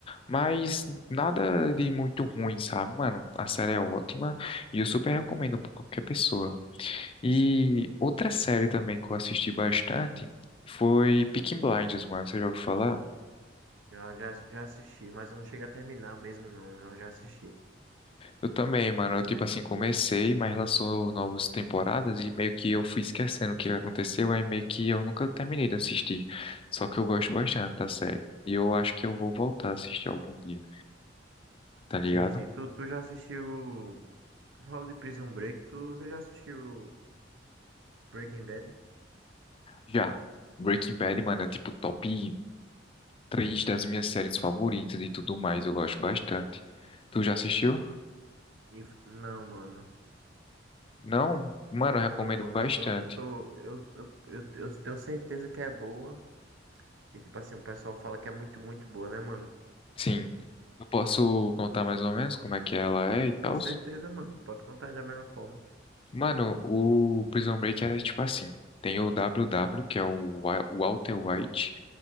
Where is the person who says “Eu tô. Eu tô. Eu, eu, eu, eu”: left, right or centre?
Right